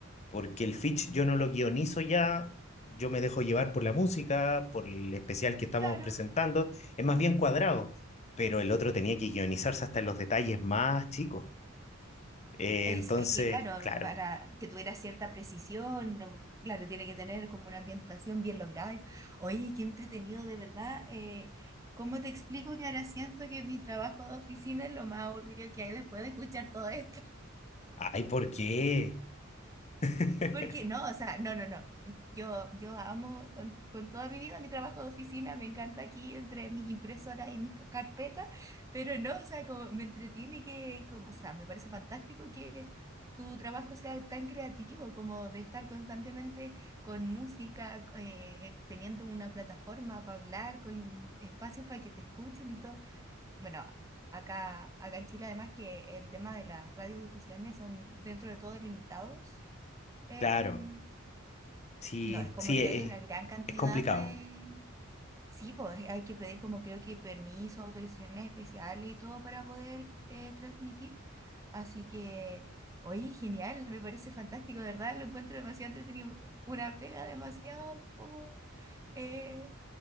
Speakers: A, on the left; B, on the right.
A: porque el Fitch yo no lo guionizo ya, yo me dejo llevar por la música, por el especial que estamos
B: Claro.
A: presentando, es más bien cuadrado, pero el otro tenía que guionizarse hasta en los detalles más chicos. Eh,
B: Es,
A: entonces,
B: es que, claro,
A: claro,
B: para que tuviera cierta precisión, no, claro, tiene que tener como una ambientación bien lograda. y- Oye, qué entretenido, de verdad. eh, ¿cómo te explico que ahora siento que mi trabajo de oficina es lo más aburrido que hay después de escuchar todo esto?
A: ay, ¿por qué? <laughs>
B: Porque no, o sea, no, no, no. Yo, yo amo con, con toda mi vida mi trabajo de oficina, me encanta aquí entre mis impresoras y mis pa- carpetas, pero no, o sea, como me entretiene que, como, o sea, me parece fantástico que tu trabajo sea tan creativo, como de estar constantemente con música, eh, eh, teniendo una plataforma para hablar, con espacios para que te escuchen y todo. Bueno, acá, acá en Chile además que el tema de las radiodifusiones son dentro de todo ilimitados em,
A: Claro, sí,
B: no, es como
A: sí,
B: que
A: es,
B: haya una gran cantidad
A: es complicado.
B: de... Sí, pues eh, hay que pedir como creo que permisos, autorizaciones especiales y todo para poder eh, transmitir. Así que, oye, genial, me parece fantástico, de verdad, lo encuentro demasiado entretenido, una pega demasiado como eh,